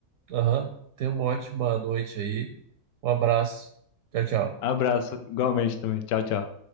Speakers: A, on the right; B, on the left.
A: Aham. Tenha uma ótima noite aí. Um abraço. Tchau, tchau.
B: Abraço, igualmente também. Tchau, tchau.